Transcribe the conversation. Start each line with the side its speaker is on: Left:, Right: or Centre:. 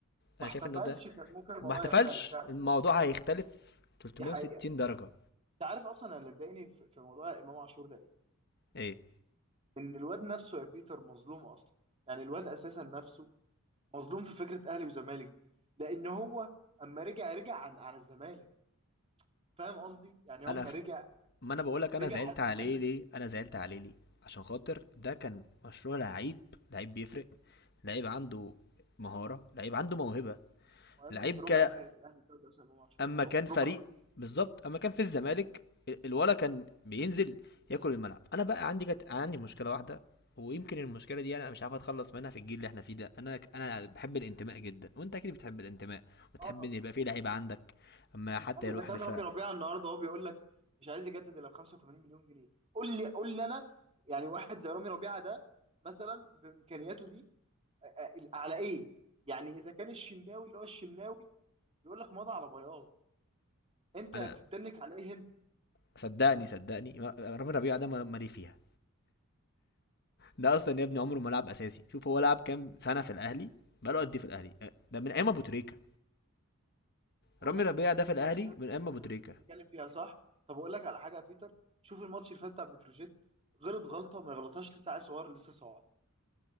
Left: انا
Right: ما احتفلش
Left: شايف ان ده
Right: كان ممكن الموضوع
Left: وما احتفلش
Right: يختلف فعلا
Left: الموضوع هيختلف 360
Right: دي حقيقه دي
Left: درجه
Right: حقيقه انت عارف اصلا أنا اللي مضايقني في في موضوع امام عاشور ده ايه؟
Left: ايه
Right: ان الواد نفسه يا بيتر مظلوم اصلا يعني الواد اساسا نفسه مظلوم في فكره اهلي وزمالك دي لان هو اما رجع رجع عن على الزمالك فاهم قصدي يعني هم
Left: انا ف...
Right: رجع
Left: ما انا بقولك انا
Right: رجع
Left: زعلت
Right: على الزمالك
Left: عليه ليه انا زعلت عليه ليه عشان خاطر ده كان مشروع لعيب لعيب بيفرق لعيب عنده مهارة لعيب عنده موهبة
Right: وابني
Left: لعيب
Right: ربع
Left: ك...
Right: فرقه الاهلي دلوقتي اصلا امام عاشور
Left: اما كان
Right: رب-
Left: فريق
Right: ربع
Left: بالظبط اما كان في الزمالك ال- الولا كان بينزل ياكل الملعب انا بقى عندي كانت عندي مشكلة واحدة ويمكن المشكلة دي انا مش عارف اتخلص منها في الجيل اللي احنا فيه ده انا ك- انا بحب الانتماء جدا وانت اكيد بتحب الانتماء وتحب
Right: اه طبعا
Left: ان يبقى في لعيب عندك اما حتى
Right: اما
Left: يروح
Right: اذا كان
Left: دفاع
Right: رامي ربيعه النهارده هو بيقول لك مش عايز يجدد الا ب 85 مليون جنيه قول لي قول لي انا يعني واحد زي رامي ربيعه ده مثلا بامكانياته دي آه، آه، على ايه؟ يعني اذا كان الشناوي اللي هو الشناوي بيقول لك مضى على بياض انت
Left: انا
Right: بتتنك على ايه انت؟
Left: صدقني صدقني ما- رامي ربيعة ده ما- مالي فيها ده اصلا يا ابني عمره ما لعب اساسي شوف هو لعب كام سنه في الاهلي بقاله قد ايه في الاهلي أه، ده من ايام ابو تريكه
Right: بقول
Left: رامي
Right: لك
Left: ربيع
Right: إيه، انت
Left: ده
Right: بتتكلم
Left: في الاهلي
Right: فيها
Left: من ايام ابو
Right: انت
Left: تريكه
Right: انت بتتكلم فيها صح؟ طب اقول لك على حاجه يا بيتر شوف الماتش اللي فات بتاع بتروجيت غلط غلطه ما يغلطهاش لسه عيل صغير لسه صاعد